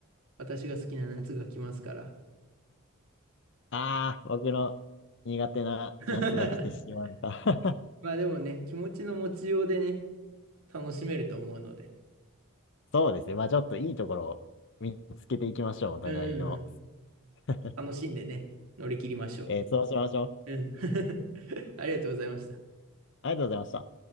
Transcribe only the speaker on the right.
私が好きな夏が来ますから。
<laughs>
まあでもね、気持ちの持ちようでね、楽しめると思うので。
うんうんうん。
楽しんでね、乗り切りましょう。
うん。<laughs> ありがとうございました。